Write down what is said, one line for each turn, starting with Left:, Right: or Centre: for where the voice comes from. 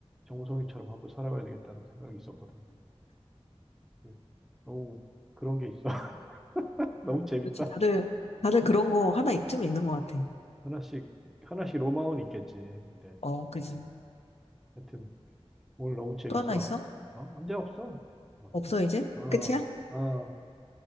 Centre: 정우성이처럼 한번 살아봐야 되겠다는 생각이 있었거든. 그 너무 그런 게 있어. <laughs> 너무 재밌다.
Left: 그렇지. 다들 다들 그런 거 하나 있쯤 있는 것 같아.
Centre: 하나씩 하나씩 로망은 있겠지. 근데
Left: 어, 그지.
Centre: 음, 하여튼 오늘 너무 재밌어.
Left: 또 하나 있어?
Centre: 어? 언제 없어? 어,
Left: 없어 이제?
Centre: 어.
Left: 끝이야?
Centre: 어.